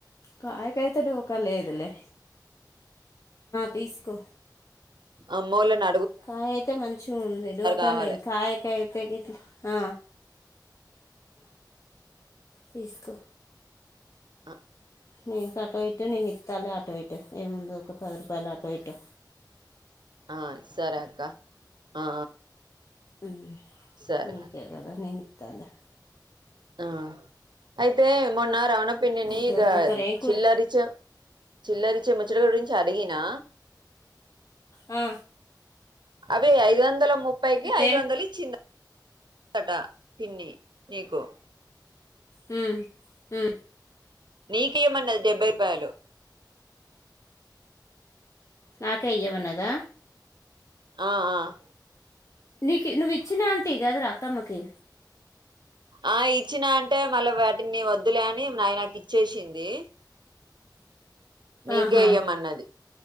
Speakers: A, on the left (about 40°); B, on the right (about 75°).
A: కాయకి అయితే దోకా లేదులే తీసుకు
B: ఆ మూలాన
A: కాయ అయితే మంచిగా ఉంది దోకలేదు
B: కావాలి
A: కాయకి అయితే గిట్ల తీసుకో
B: అహా
A: నీకు అటు అయితే నేను ఇత్తలే ఆటో ఇట ఏముందు ఒక పది రూపాయలు ఆటో ఇటో
B: ఆ సరే అక్క ఆ
A: అహా
B: సరే
A: నీకు కథ నే తాలే
B: ఆ అయితే మొన్న రాను పిన్నిని
A: ఇంకేం చేస్తారు ఏం కూర
B: చిల్లరిచ చిల్లరిచ ము చిచ్చ గురించి అడిగినా
A: ఆ
B: అవి ఐదు వందల ము ప్పైకి
A: అయితే
B: ఐదు వందలు ఇచ్చింది ఆ తట పిన్ని నీకు
A: మ్మ్ మ్మ్
B: నీకు ఇయ్యమన్నది డెబ్బై రూపాయలు.
A: నాకే ఇయ్యమన్నదా.
B: ఆహ్ ఆహ్.
A: నీకే నువి. ఇచ్చిన అంటివి కదరా అత్తమ్మకి.
B: ఆహ్ ఇచ్చినా అంటే మళ్ళా వాటిని వద్దులే అని నావి నాకు ఇచ్చేసింది. నీకే
A: ఆహా
B: ఇయ్యమన్నది.